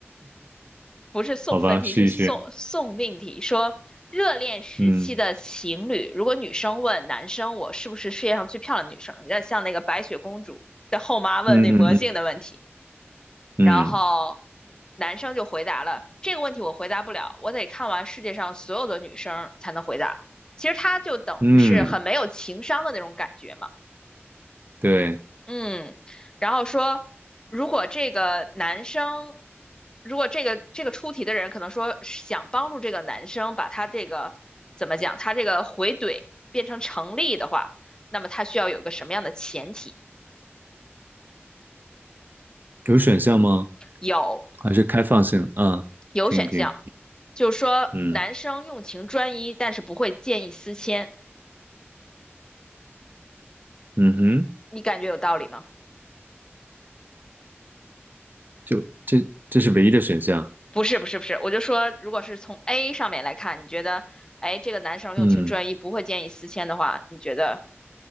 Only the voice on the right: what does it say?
好吧，试一试。
嗯
嗯嗯嗯嗯
嗯，对，
有选项吗？
还是开放性？啊，
听一听。
嗯
嗯哼，
就这这是唯一的选项。
嗯，